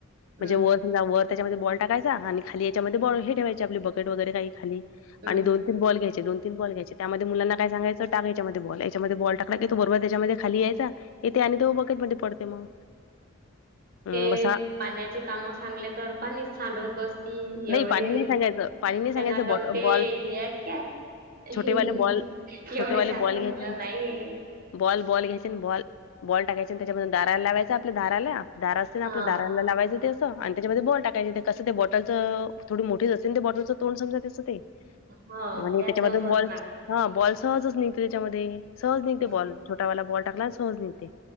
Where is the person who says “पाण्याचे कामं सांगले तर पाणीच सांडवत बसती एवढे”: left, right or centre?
Right